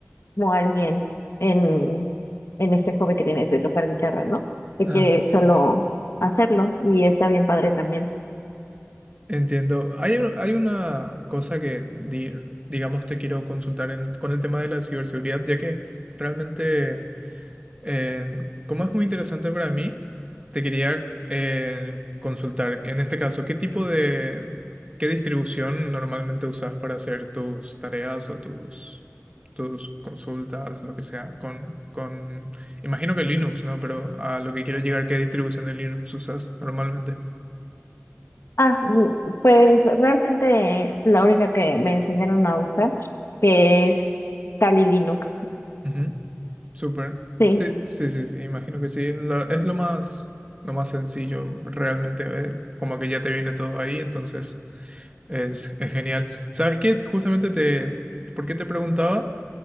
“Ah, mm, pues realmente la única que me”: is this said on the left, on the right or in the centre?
Left